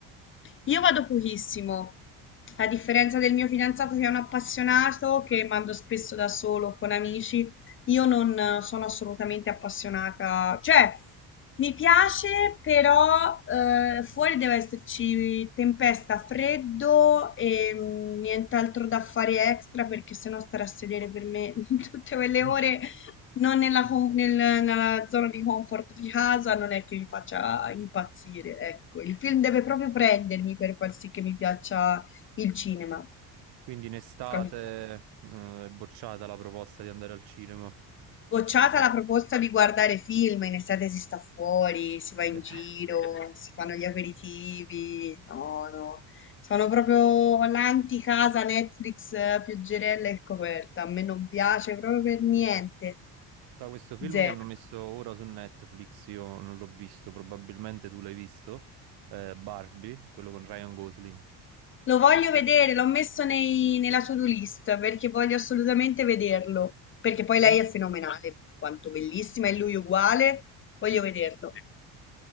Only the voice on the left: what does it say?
Io vado pochissimo, a differenza del mio fidanzato che è un appassionato, che mando spesso da solo o con amici, io non eh, sono assolutamente appassionata. Cioè, mi piace, però eh, fuori deve esserci tempesta, freddo e mm, nient'altro da fare extra, perché sennò stare a sedere per me <laughs> tutte quelle
ore non nella, com- nel- nella zona di comfort di casa non è che mi faccia
impazzire, ecco. Il film deve proprio prendermi per far sì che mi piaccia il cinema,
capito?
Bocciata
la proposta di guardare film, in estate si sta fuori, si
va in giro, si fanno gli aperitivi, no, no. Sono proprio l'anti-casa Netflix, eh, pioggerella e coperta, a me non piace proprio per niente,
zero.
Lo voglio
vedere, l'ho messo nei- nella to-do list perché voglio assolutamente vederlo. Perché poi lei
è fenomenale, quanto bellissima, e lui uguale. Voglio
vederlo.